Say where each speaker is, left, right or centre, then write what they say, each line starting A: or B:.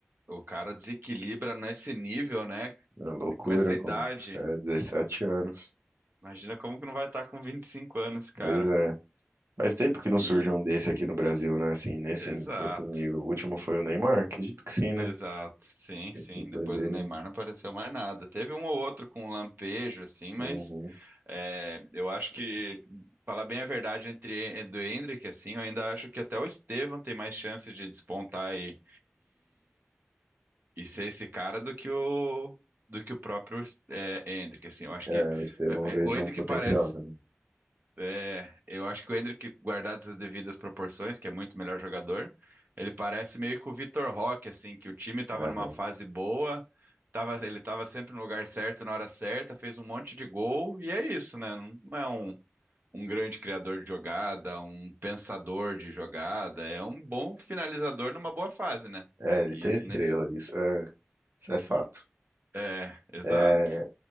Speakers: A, on the right (about 55°); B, on the right (about 85°).
A: O cara desequilibra nesse nível, né?
B: É uma loucura
A: Com essa
B: com
A: idade.
B: é, 17 anos.
A: Imagina como que não vai estar com 25 anos, cara.
B: Pois é. Faz tempo que não
A: E
B: surge um desse aqui no Brasil, né? Assim, nesse,
A: exato.
B: nesse nível. O último foi o Neymar, acredito que sim, né?
A: Exato. Sim, sim.
B: Depois
A: Depois
B: dele.
A: do Neymar não apareceu mais nada. Teve um ou outro com um lampejo, assim, mas
B: Uhum.
A: é, eu acho que, falar bem a verdade, entre do Endrick, assim, eu ainda acho que até o Estevão tem mais chance de despontar e, e ser esse cara do que o do que o próprio é, Hendrick, assim, eu acho
B: É,
A: que
B: o Estevão
A: é,
B: eu vejo
A: é, o Hendrick
B: um potencial
A: parece,
B: também.
A: é, eu acho que o Hendrick, guardadas as devidas proporções, que é muito melhor jogador, ele parece meio que o Vitor Roque, assim, que o time estava
B: Aham.
A: numa fase boa, tava, ele estava sempre no lugar certo, na hora certa, fez um monte de gol e é isso, né? Não, não é um Um grande criador de jogada, um pensador de jogada, é um bom finalizador numa boa fase, né?
B: É, ele
A: E
B: tem
A: isso
B: estrela,
A: nem, se-
B: isso é, isso é fato.
A: é, exato.
B: É,